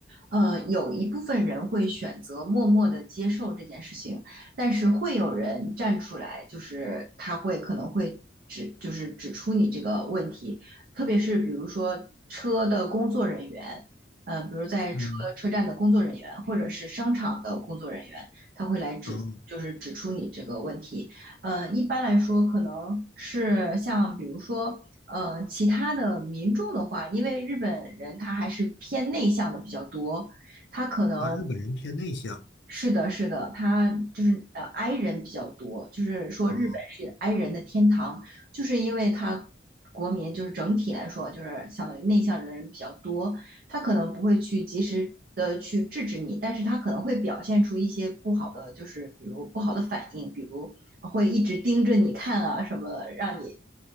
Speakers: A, on the right (about 55°); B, on the left (about 65°).
A: 呃，有一部分人会选择默默的接受这件事情，但是会有人站出来，就是他会可能会指，就是指出你这个问题，特别是比如说车的工作人员，呃，比如在车车站的工作人员，
B: 嗯，
A: 或者是商场的工作人员，他会来指，
B: 哦，
A: 就是指出你这个问题。呃，一般来说，可能是像比如说，嗯，其他的民众的话，因为日本人他还是偏内向的比较多，他可能
B: 啊，日本人偏内向
A: 是的，是的，他就是呃，i 人比较多，就是说日本是
B: 啊，
A: i 人的天堂，就是因为他国民就是整体来说就是相当于内向人的人比较多，他可能不会去及时的去制止你，但是他可能会表现出一些不好的，就是比如不好的反应，比如会一直盯着你看啊什么的，让你